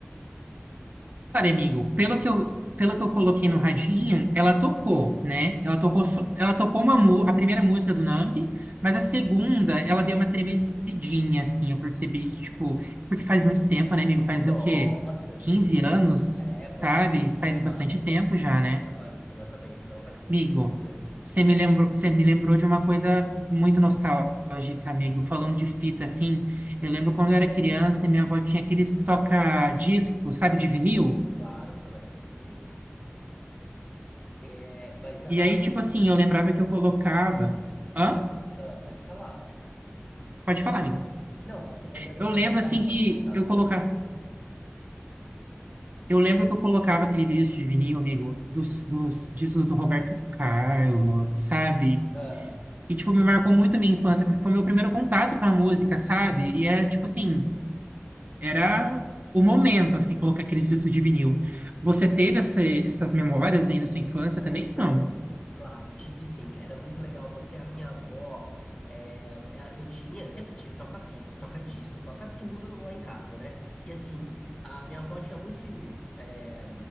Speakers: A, on the right; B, on the left.
A: cara, amigo, pelo que eu, pelo que eu coloquei no radinho, ela tocou, né? Ela tocou, só- ela tocou uma, mu- a primeira música do Numb, mas a segunda, ela deu uma tremecidinha, assim, eu percebi que, tipo, porque faz muito tempo, né, amigo? Faz
B: Nossa,
A: o quê? 15 anos,
B: é por
A: sabe?
B: aí.
A: Faz
B: Pra mais,
A: bastante tempo
B: é.
A: já, né?
B: Pra mais, exatamente. Não faz muito
A: Amigo,
B: tempo mesmo.
A: você me lembrou, você me lembrou de uma coisa muito nostálgica, amigo. Falando
B: Ah,
A: de fita, assim, eu lembro quando eu era criança, e minha avó tinha aqueles toca-disco, sabe, de vinil.
B: claro que eu lembro, sim. É, mas ela.
A: E aí, tipo assim, eu lembrava que eu colocava. Hã?
B: ah, pode falar.
A: Pode falar, amigo.
B: Não, você lembra
A: Eu
B: que eu
A: lembro,
B: colocava?
A: assim, que
B: Pode contar.
A: eu colocava.
B: Hum.
A: Eu lembro que eu colocava aquele disco de vinil, amigo, dos, dos discos do Roberto Carlos, sabe?
B: Ah,
A: E, tipo, me marcou muito a minha infância, porque foi meu primeiro contato com a música, sabe? E era, tipo assim. era o momento, assim, colocar aqueles discos de vinil. Você
B: aham.
A: teve essa- essas memórias aí na sua infância também?
B: Super.
A: Não.
B: Claro, tive sim. Era muito legal porque a minha avó, é, é, eu tinha, sempre tive toca-fitas, toca-disco, toca tudo lá em casa, né? E assim, a minha avó tinha muito vinil, é,